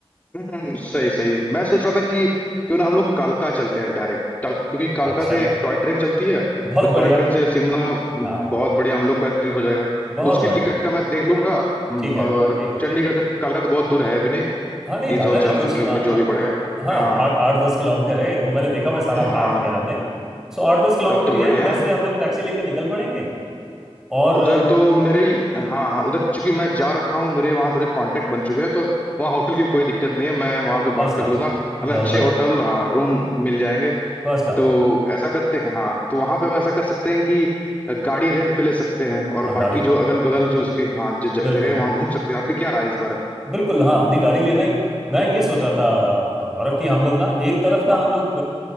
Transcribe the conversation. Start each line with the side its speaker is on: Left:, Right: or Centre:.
Left: हम्म हम्म, सही सही मैं सोच रहा था कि क्यों ना हम लोग कालका चलते हैं डायरेक्ट क्योंकि कालका
Centre: अच्छा
Left: से एक टॉय ट्रेन चलती है
Centre: बहुत
Left: तो
Centre: बढ़िया
Left: टॉय ट्रेन से शिमला बहुत
Centre: हाँ
Left: बढ़िया हम लोग का ट्रिप हो जाएगा
Centre: बहुत
Left: तो उसकी
Centre: बढ़िया
Left: टिकट का मैं देख लूंगा हम्म,
Centre: ठीक है
Left: और
Centre: ठीक है
Left: चंडीगढ़ से कालका तो बहुत दूर है भी नहीं
Centre: हाँ नहीं
Left: तीन
Centre: ज्यादा
Left: सौ चार
Centre: नहीं कुछ
Left: सौ किलोमीटर
Centre: आ, आ,
Left: जो भी पड़ेगा
Centre: हाँ
Left: हाँ
Centre: आठ आठ दस किलोमीटर है वो मैंने देखा हुआ है सारा
Left: हाँ
Centre: मैप
Left: हाँ
Centre: वगैरह में सो आठ दस किलोमीटर
Left: तब तो
Centre: ये
Left: बढ़िया
Centre: है उधर
Left: है
Centre: से हम लोग टैक्सी लेके निकल पड़ेंगे और
Left: उधर तो मेरे ही हाँ हाँ उधर चूंकि मैं जा रखा हूँ मेरे वहाँ थोड़े कांटेक्ट बन चुके हैं तो वहाँ होटल की भी कोई दिक्कत नहीं है मैं वहाँ पे
Centre: फर्स्ट
Left: बात
Centre: क्लास
Left: कर लूंगा
Centre: बहुत
Left: हमें अच्छे
Centre: बढ़िया
Left: होटल हाँ रूम मिल जाएंगे
Centre: First class
Left: तो ऐसा करते हैं हाँ तो वहाँ पे हम ऐसा कर सकते हैं कि गाड़ी रेंट पे ले सकते हैं और
Centre: हाँ गाड़ी
Left: बाकी जो अगल बगल जो उसकी हाँ जो ज-
Centre: बिल्कुल
Left: जगह है वहाँ घूम सकते हैं आपकी क्या राय है इस बारे में
Centre: बिल्कुल हाँ नहीं गाड़ी लेना ही मैं ये सोच रहा था अ, गौरव कि हम लोग ना एक तरफ का
Left: हाँ
Centre: हम लोग